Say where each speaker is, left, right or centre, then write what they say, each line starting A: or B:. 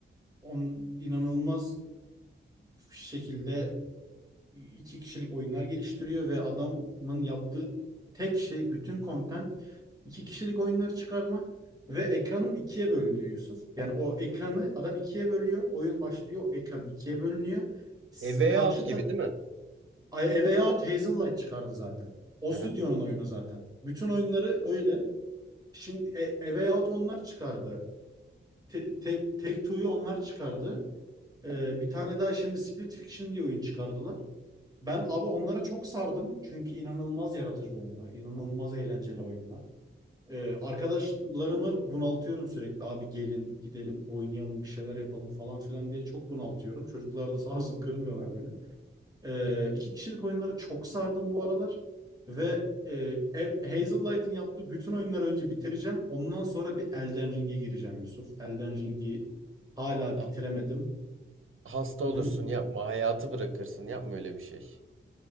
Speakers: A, on the right (about 20°); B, on the right (about 75°).
A: on inanılmaz şekilde iki kişilik oyunlar geliştiriyor ve adamın yaptığı tek şey bütün content iki kişilik oyunlar çıkarma ve ekranın ikiye bölünüyor Yusuf. Yani o ekranı adam ikiye bölüyor. Oyun başlıyor. Ekran ikiye bölünüyor. S-
B: A Way
A: Karşı
B: Out gibi
A: ta-
B: değil mi?
A: A Way Out Hazellight çıkardı zaten. O
B: Hı
A: stüdyonun
B: hı.
A: oyunu zaten. Bütün oyunları öyle. Şimdi A A Way Out onlar çıkardı. Te- Take, Take Two'yu onlar çıkardı. Ee, bir tane daha şimdi Split Fiction diye oyun çıkardılar. Ben abi onlara çok sardım. Çünkü inanılmaz yaratıcı oyunlar, inanılmaz eğlenceli oyunlar. Ee, arkadaşlarımı bunaltıyorum sürekli. Abi gelin gidelim oynayalım bir şeyler yapalım falan filan diye çok bunaltıyorum. Çocuklar da sağ olsun kırmıyorlar beni. Ee, iki kişilik oyunlara çok sardım bu aralar. Ve e, Hazel Light'in yaptığı bütün oyunları önce bitireceğim. Ondan sonra bir Elden Ring'e gireceğim Yusuf. Elden Ring'i hala
B: Ha-
A: bitiremedim.
B: Hasta
A: Onun,
B: olursun yapma hayatı bırakırsın yapma öyle bir şey.